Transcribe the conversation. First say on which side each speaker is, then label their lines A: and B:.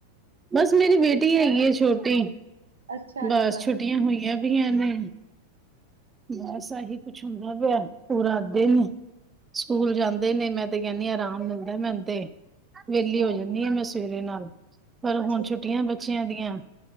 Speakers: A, on the right; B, on the right.
A: ਬਸ ਮੇਰੀ ਬੇਟੀ ਹੈਗੀ ਐ ਛੋਟੀ
B: ਅੱਛਾ
A: ਬਸ
B: ਅੱਛਾ
A: ਛੁੱਟੀਆਂ ਹੋਈਆਂ ਵੀਆਂ ਨੇ। ਬਸ ਆਹੀ ਕੁੱਛ ਹੁੰਦਾ ਪਿਆ ਪੂਰਾ ਦਿਨ। ਸਕੂਲ ਜਾਂਦੇ ਨੇ ਮੈਂ ਤੇ ਕੈਨੀ ਆ ਆਰਾਮ ਮਿਲਦਾ ਮੈਨੂੰ ਤੇ। ਵੇਲੀ
B: ਓਹੋ
A: ਹੋ ਜਾਂਨੀ ਆ ਮੈਂ ਸਵੇਰੇ ਨਾਲ ਪਰ
B: ਅੱਛਾ
A: ਹੁਣ ਛੁੱਟੀਆਂ ਬੱਚਿਆਂ ਦੀਆਂ।